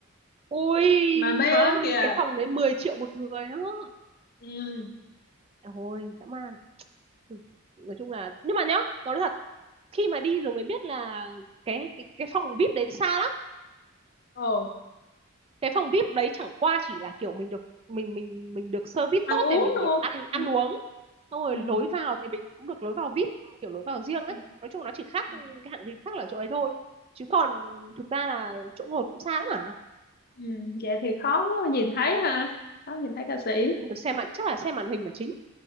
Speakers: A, on the right; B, on the left.
A: ui
B: mà mê
A: má
B: lắm
A: ơi
B: kìa
A: cái phòng đấy 10 triệu một người đó
B: ừ
A: ôi dã man Ừ. nói chung là nhưng mà nhá nói thật khi mà đi rồi mới biết là cái cái cái phòng VIP đấy xa
B: ồ
A: cái phòng VIP đấy chẳng qua chỉ là kiểu mình được mình mình mình được service
B: ăn
A: tốt
B: uống
A: thì mình
B: luôn
A: được ăn ăn
B: ừ
A: uống xong rồi
B: ừ
A: lối vào thì mình cũng được lối vào VIP kiểu lối vào riêng
B: ừ
A: ấy nói chung nó chỉ khác
B: ừ
A: cái hạng thì khác là chỗ đấy thôi chứ còn thực ra là chỗ ngồi cũng xa lắm
B: Ừ, ừ. vậy thì khó nhìn thấy ha khó nhìn thấy ca sĩ
A: mà xem màn chắc là xem màn hình là chính